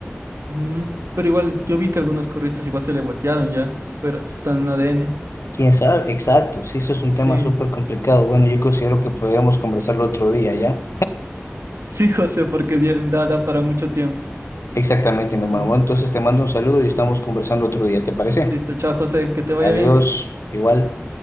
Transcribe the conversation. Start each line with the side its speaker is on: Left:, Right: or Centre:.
Right: Mm, pero igual yo vi que algunos curristas igual se le voltearon ya, fuera, están en ADN.
Left: ¿Quién sabe? Exacto, sí, eso es un
Right: Sí,
Left: tema súper complicado. Bueno, yo considero que podríamos conversarlo otro día, ¿ya?
Right: sí, José, porque sí, da, da para mucho tiempo.
Left: Exactamente, mi hermano.
Right: Sí.
Left: Bueno, entonces te mando un saludo y estamos conversando otro día, ¿te parece?
Right: Listo, chao, José, que te vaya
Left: Adiós,
Right: bien.
Left: igual.